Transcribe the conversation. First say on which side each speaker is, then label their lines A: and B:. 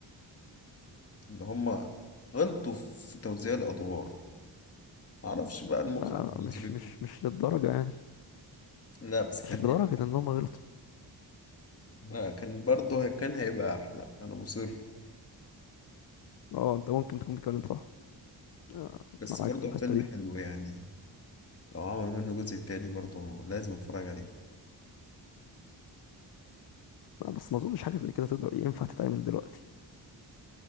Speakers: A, on the left (about 30°); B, on the left (about 55°).
A: إن هما غلطوا في توزيع الأدوار معرفش بقى المخرج
B: لا لا،
A: نظرته
B: مش مش مش للدرجة يعني
A: لا بس كان
B: مش لدرجة
A: هيبقى
B: إن هم غلطوا
A: لا كان برضه هي- كان هيبقى أحلى أنا مصر
B: أه أنت ممكن تكون بتتكلم صح آه،
A: بس
B: معاك
A: برضه
B: في الحتة
A: فيلم
B: دي
A: حلو يعني لو عملوا منه جزء تاني برضه لازم أتفرج عليه
B: آه، بس ما اظنش حاجه زي كده تقدر ينفع تتعمل دلوقتي